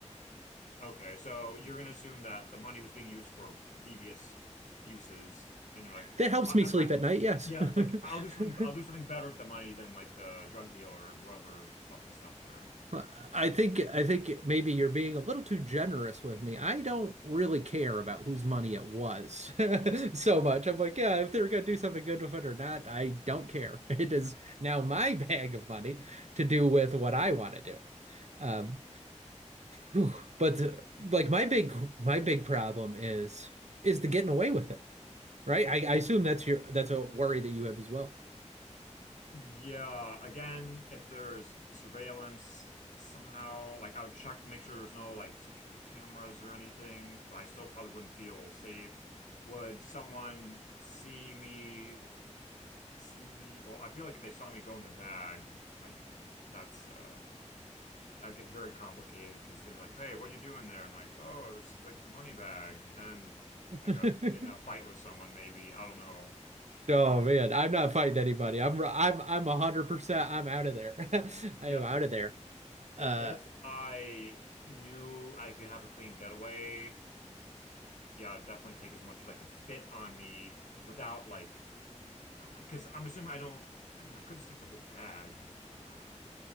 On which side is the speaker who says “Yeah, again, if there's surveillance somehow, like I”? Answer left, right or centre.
Left